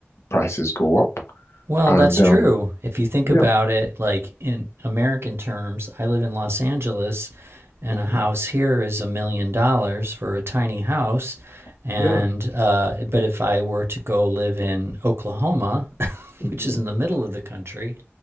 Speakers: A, on the left (about 85°); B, on the right (about 65°).
A: prices go up.
B: Well,
A: And
B: that's true.
A: um,
B: If you think
A: yeah,
B: about it, like in American terms, I live in Los Angeles and
A: hmm
B: a house here is a million dollars for a tiny house. And,
A: yeah,
B: uh, but if I were to go live in Oklahoma, <laughs>
A: hmm
B: which is in the middle of the country,